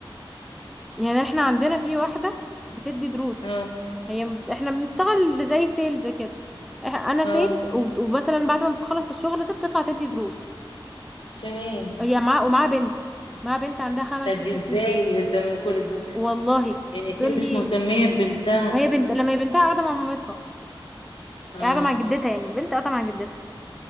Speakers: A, in the centre; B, on the left.
A: يعني احنا عندنا في واحده بتدي دروس
B: اه
A: هي بت- احنا بنشتغل زي سيلز كده إح- انا
B: اه
A: سيلز وب- ومثلا بعد ما بتخلص الشغل ده بتطلع تدي دروس
B: كمان
A: هي معاها ومعاها بنت معاها بنت عندها خمس
B: ده
A: ست
B: دي ازاي
A: سنين
B: بتعمل كل ده
A: والله
B: يعني
A: بتقول
B: اكيد مش
A: لي
B: مهتمية ببنتها
A: ما هي بنت لما هي بنتها قاعده مع مامتها
B: اه
A: قاعده مع جدتها يعني البنت قاعده مع جدتها